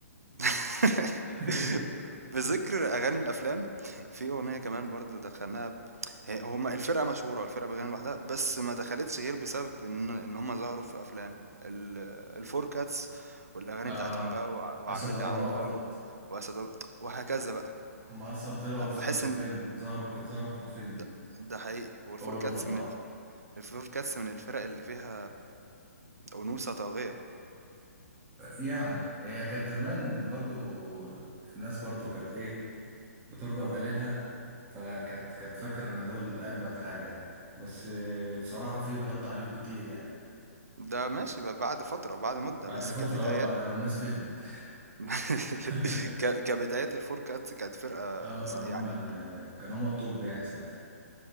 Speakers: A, on the right; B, on the right.
A: <laughs>
B: <laughs>
A: بذكر اغاني الافلام في اغنيه كمان برضه دخلناها ب... هي- هما الفرقه مشهوره والفرقه بتغني لوحدها بس ما دخلتش غير بسبب ان ان هما ظهروا في افلام ال- الفور كاتس والاغاني
B: اه
A: بتاعتهم بقى وع- وعامل
B: أسد وأربع
A: لي عنتر
B: قطط
A: و- واسد ور- وهكذا بقى
B: هما أصلا طلعوا
A: انا
B: بسبب
A: بحس
B: الفيلم
A: ان
B: ظهروا ك... ظهروا في الفيلم
A: ده ده حقيقي والفور
B: هو اللي
A: كاتس
B: طلعهم
A: من ال- الفور كاتس من الفرق اللي فيها انوثه طاغيه
B: يعني هي كانت زمان برضو الناس برضو كانت إيه بترضى بقليلها فكانت كانت فاكرة إن دول أجمد حاجة يعني بس آه، بصراحة في غط عليهم كتير يعني
A: ده ماشي بقى بعد فتره بعد مده
B: بعد
A: بس
B: فترة
A: كبدايه
B: اه بعد ما الناس فهمت
A: <laughs>
B: <laughs>
A: ك كبدايات الفور كاتس كانت فرقة
B: اه كانوا
A: ص- يعني
B: هما ال كانوا هما الطب يعني ساعتها